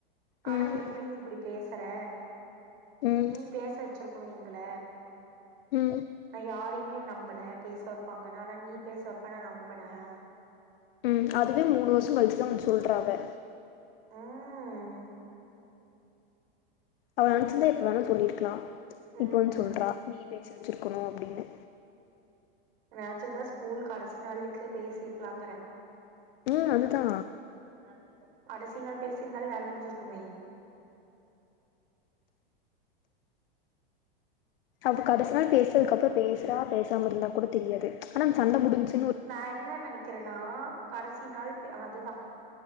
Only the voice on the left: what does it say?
ம்
ம்
ம்
உம் அதுவே மூணு வருஷம் கழிச்சுதான் சொல்றா அவ
அவ நெனச்சிருந்தா எப்ப வேணா சொல்லிருக்கலா
இப்ப வந்து சொல்றா நீ பேசி வெச்சுருக்கணு அப்டின்னு
ம் அதுதா
அவ கடசி நாள் பேசுறதுக்குப்பறோ பேசுறா பேசாம இருந்தா கூட தெரியாது ம்ச் ஆனா சண்ட முடுஞ்சு